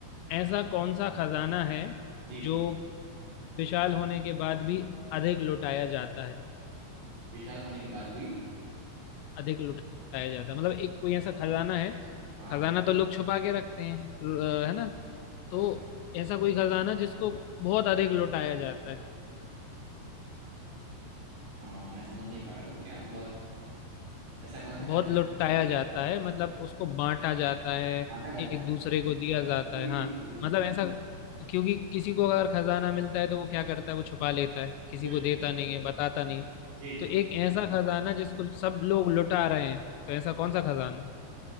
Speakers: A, on the left (about 85°); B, on the right (about 70°).
A: ऐसा कौन सा खजाना है
B: जी जी
A: जो विशाल होने के बाद भी अधिक लुटाया जाता है
B: विशाल होने के बाद भी
A: अधिक लुटाया जाता है मतलब एक कोई ऐसा खजाना है
B: हाँ
A: खजाना तो लोग छुपा के रखते हैं अ, है ना तो
B: अच्छा
A: ऐसा कोई खजाना जिसको बहुत अधिक लुटाया जाता है
B: हाँ मैं समझ नहीं पा रहा हूँ क्या बहुत ऐसा कौन सा
A: बहुत
B: खजाना
A: लुटाया
B: है
A: जाता है मतलब उसको बांटा जाता है
B: बांटा जाता
A: एक
B: है
A: दूसरे को दिया जाता
B: जी
A: है हाँ
B: जी जी
A: मतलब
B: जी
A: ऐसा क्योंकि किसी को अगर खजाना मिलता है तो वो क्या करता है वो छुपा लेता है किसी
B: बिल्कुल
A: को देता
B: बिल्कुल।
A: नहीं है बताता नहीं है
B: जी जी
A: तो एक ऐसा खजाना जिसको सब लोग लुटा रहे हैं तो ऐसा कौन सा खजाना है?